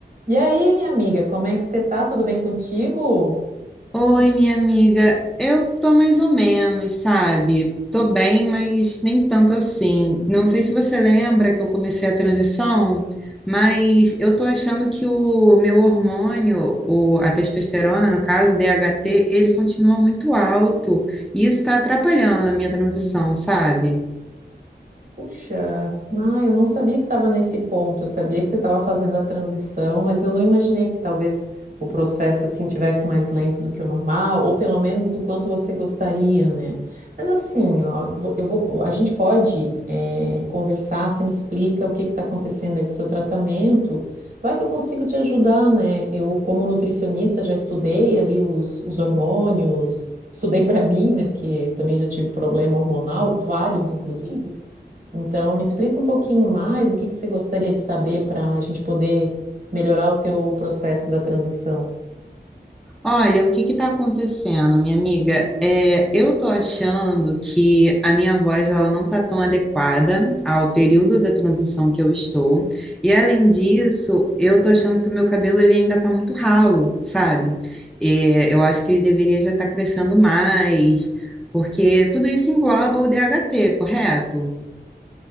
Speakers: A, on the right (about 50°); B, in the centre.
A: E aí, minha amiga, como é que você tá? Tudo bem contigo?
B: Oi, minha amiga. Eu tô mais ou menos, sabe? Tô bem, mas nem tanto assim. Não sei se você lembra que eu comecei a transição, mas eu tô achando que o meu hormônio, o, a testosterona, no caso, o DHT, ele continua muito alto e isso tá atrapalhando a minha transição, sabe?
A: Puxa, ah, eu não sabia que estava nesse ponto. Eu sabia que você estava fazendo a transição, mas eu não imaginei que talvez o processo assim tivesse mais lento do que o normal, ou pelo menos do quanto você gostaria, né? Mas assim, ó, vo- eu vou, a gente pode eh, conversar. Você me explica o que está acontecendo aí com o seu tratamento. Vai que eu consigo te ajudar, né? Eu, como nutricionista, já estudei ali os, os hormônios. Estudei para mim, né? Porque também já tive problema hormonal, vários, inclusive. Então, me explica um pouquinho mais o que que você gostaria de saber para a gente poder melhorar o teu processo da transição.
B: Olha, o que está acontecendo, minha amiga? É, eu tô achando que a minha voz ela não tá tão adequada ao período da transição que eu estou. E além disso, eu tô achando que o meu cabelo ele ainda tá muito ralo, sabe? É, eu acho que ele deveria já estar crescendo mais, porque tudo isso engloba o DHT, correto?